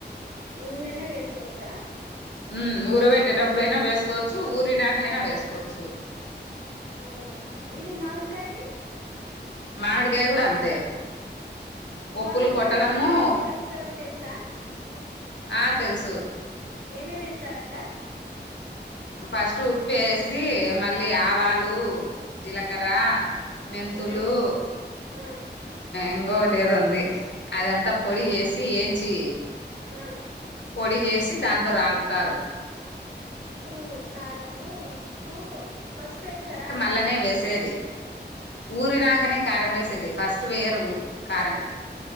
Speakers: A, on the right; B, on the left.
A: నూనెైనా వేసుకోవచ్చా
B: ఉం ఊరబేట్టేటప్పుడైన వేసుకోవచ్చు ఊరినాక అయినా వేసుకోవచ్చు
A: అవునా ఇది మావిని కాయధి
B: మామిడికాయ కూడా అంతే ఒప్పులు
A: మామిడి
B: కొట్టడము
A: కాయది ఏమేమి వేసి కలుపుతారో తెలుసా
B: ఆ తెలుసు
A: ఏమేమి వేస్తార అక్క
B: ఫస్ట్ ఉప్ప వేసి మళ్ళీ ఆవాలు జీలకర్ర మెంతులు
A: ఆ ఆ
B: ఇంకొకటి ఏదో ఉంది అదంతా పొడి చేసి ఏంచి
A: ఆ
B: పొడి చేసి దాంతో రాలుపుతారు
A: ఉం ఖారము ఉప్పు పసుపు వేస్తారా
B: అల్లనే వేసేది ఊరినాకనే
A: ఉమ్
B: కారం వేసేది ఫస్ట్ వేయరు ఉ కారం